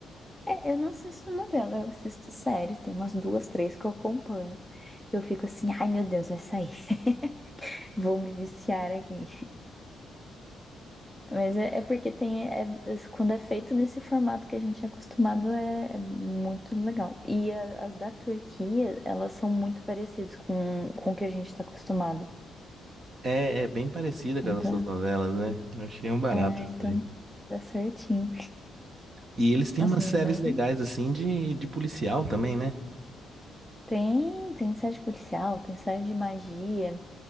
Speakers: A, in the centre; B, on the right (about 35°).
A: é, eu não assisto novela, eu assisto séries, tem umas duas, três que eu acompanho. E eu fico assim, ai meu Deus, vai sair, <laughs> vou me viciar aqui. Mas é, é porque tem, é- é, quando é feito nesse formato que a gente é acostumado, é, é muito legal. E a- as da Turquia, elas são muito parecidas com, com o que a gente tá acostumado.
B: É, é bem parecida com
A: Então,
B: as nossas
A: tá-
B: novelas, né? Eu achei um barato
A: é,
B: isso
A: então
B: aí.
A: dá certinho.
B: E eles têm
A: Nossa,
B: umas
A: minha
B: séries
A: mãe
B: legais assim de, de policial também, né?
A: Tem, tem série de policial, tem série de magia.